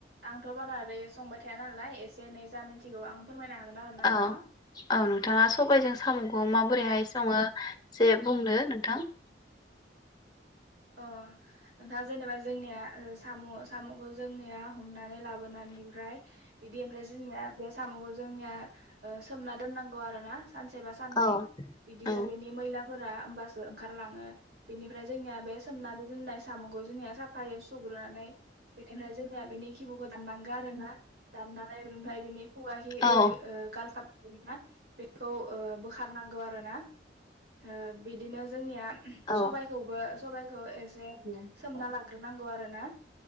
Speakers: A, on the right; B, on the left.
A: आंथ' बारा ओरै संबाय थाया नालाय एसे एनै जा मिन्थिगौ आं फोरमायनो हागोन आरोना नोंथां
B: औ औ नोंथाङा सबायजों साम'खौ माबोरैहाय सङो एसे बुंदो नोंथां।
A: अ नोंथाङा जेनेबा जोंनिया साम' साम'खौ जोंनिया हम नानै लाबोनानै ओमफ्राय बिदि जोंनिया बे साम'खौ जोंनिया ओ सोमना दोननांगौ आरो ना। सानसे बा साननै
B: औ
A: बिदिनो
B: औ
A: बेनि मैला फोरा होमबासो ओंखारलाङो बेनिफ्राय जोंनिया बेस सोमनानै दोननाय साम'खौ जोंनिया साफायै सुग्रोनानै बेनिफ्राय जोंनिया बिनि खिबु'खौ दाननांगौ आरो ना दाननानै बेनिफ्राय बिनि हुआहि बैखो
B: औ
A: गालखाब योना बेखौ ओ बोखारनांगौ आरोना ओ बिदिनो जोंनिया
B: औ
A: सबायखौबो सबाइखौ एसे सोमना लाग्रोनांगौ आरो ना